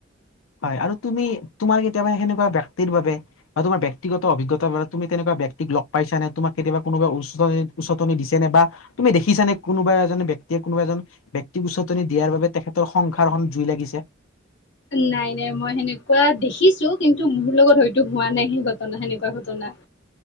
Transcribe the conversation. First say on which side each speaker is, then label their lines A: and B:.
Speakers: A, on the left (about 80°); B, on the left (about 60°).
A: হয় আৰু তুমি তোমাৰ কেতিয়াবা সেনেকুৱা ব্যক্তিৰ বাবে। বা তোমাৰ ব্যক্তিগত অভিজ্ঞতাৰ বাবে তুমি তেনেকুৱা ব্যক্তিক লগ পাইছ নে তোমাক কেতিয়াবা কোনোবা উচ উচতনি দিছে নে বা তুমি দেখিছানে কোনোবা এজন ব্যক্তিয়ে কোনোবা এজন ব্যক্তিক উচতনি দিয়াৰ বাবে তেখেতৰ সংসাৰখন জুই লাগিছে।
B: নাই নাই মই সেনেকুৱা দেখিছো কিন্তু মোৰ লগত হয়তো হোৱা নাই সেই ঘটনা সেনেকুৱা ঘটনা।